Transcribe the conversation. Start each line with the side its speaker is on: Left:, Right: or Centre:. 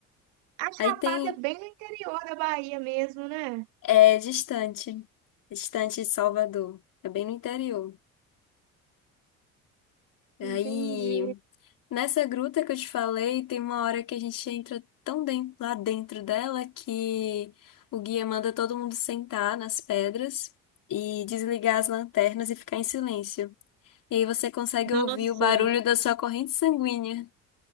Right: A Chapada
Left: Aí tem
Right: é bem no interior da Bahia mesmo, né?
Left: É distante, é distante de Salvador, é bem no interior. Aí,
Right: Entendi.
Left: nessa gruta que eu te falei, tem uma hora que a gente entra tão dentro, lá dentro dela que o guia manda todo mundo sentar nas pedras e desligar as lanternas e ficar em silêncio. E aí você consegue
Right: Nossa.
Left: ouvir o barulho da sua corrente sanguínea